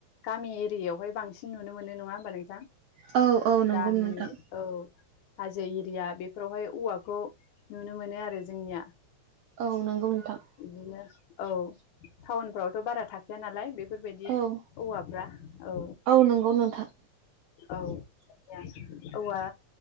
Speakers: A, on the left; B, on the right.
A: गामि एरियायावहाय बांसिन नुनो मोनो नङा होमबा नोंथां।
B: औ औ नंगौ
A: गामि
B: नोंथां।
A: औ हाजो एरिया बेफोरावहाय औवाखौ नुनो मोनो आरो जोंनिया
B: औ नंगौ नोंथां।
A: बिदिनो औ टाउनफ्रावथ' बारा थाखायाया नालाय बेफोरबायदि
B: औ
A: औवाफ्रा औ
B: नंगौ नोंथां।
A: औ औवा औवा